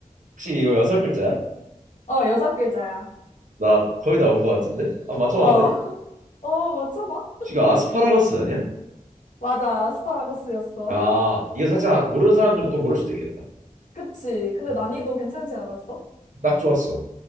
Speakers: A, on the right; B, on the left.
A: 혹시 이거 여섯 글자야?
B: 어, 여섯 글자야.
A: 나 거의 다 온 것 같은데? 아, 맞춰봐도
B: 어,
A: 돼?
B: <laughs> 어, 맞춰봐.
A: 지금 아스파라거스 아니야?
B: 맞아, 아스파라거스였어.
A: 아,
B: <laughs>
A: 이거 살짝 모르는 사람들은 또 모를 수도 있겠다.
B: 그치. 근데
A: 음,
B: 난이도 괜찮지 않았어?
A: 딱 좋았어.